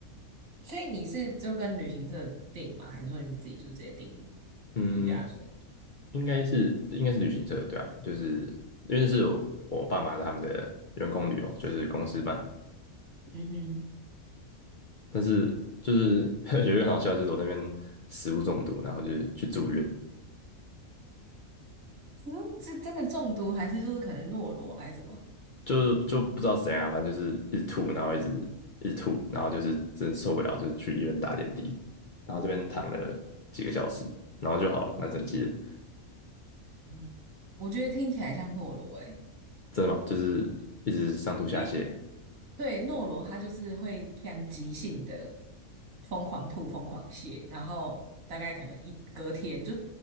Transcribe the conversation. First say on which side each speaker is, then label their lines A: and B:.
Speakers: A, on the right; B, on the left.
A: 所以你是就跟旅行社订吗？还是说你们自己就直接订
B: 嗯，
A: 度假村？
B: 应该是应该是旅行社，对啊，就是因为那是我我爸妈他们的员工旅游，就是公司办的。
A: 嗯哼，
B: 但是就是 <laughs> 有一个很好笑，就是我那边食物中毒，然后就是去住院。
A: 是哦是真的中毒，还是就是可能懦罗还是什么？
B: 就就不知道怎样，反正就是一直吐，然后一直一直吐，然后就是真受不了，就去医院打点滴，然后这边躺了几个小时，然后就好了，
A: 嗯
B: 蛮神奇的。
A: 嗯，我觉得听起来像懦罗诶、
B: 真的吗？就是一直上吐下泻，
A: 因为对诺罗他就是会非常即性的疯狂吐、疯狂泻，然后大概可能一隔天就